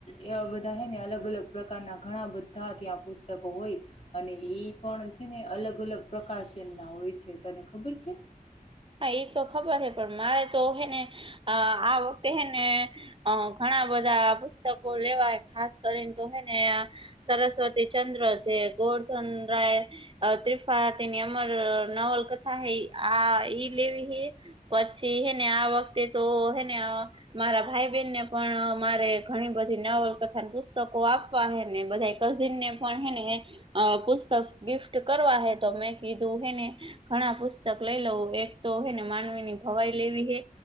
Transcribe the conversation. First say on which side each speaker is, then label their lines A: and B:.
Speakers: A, on the left (about 45°); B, on the right (about 35°).
A: એવા બધા હ ને અલગ અલગ પ્રકારના ઘણા બધા ત્યાં પુસ્તકો હોય અને એ પણ છે ને અલગ અલગ પ્રકાશન ના હોય છે, તને ખબર છે?
B: હા એ તો ખબર છે પણ મારે તો હેને આ વખતે હેને ઘણા, ઘ બધા પુસ્તકો લેવાય ખાસ કરીને, તો હોય ને સરસ્વતી ચંદ્ર જે ગોર્ધન રાય ત્રિપાટીની અમર નવલકથા હ આ લે પછી હેને આ વખતે તો હેને મારા ભાઈ બહેન ને પણ અરે ઘણી બધી નવલ કથા પુસ્તકો આપવા હેને બધા કઝિન ને પણ હેને અ પુસ્તક ગિફ્ટ કરવા હે તો મેં કીધું હેને ઘણા પુસ્તક લઈ લઉ એક તો હને માનવીની ભવાઈ લેવી હે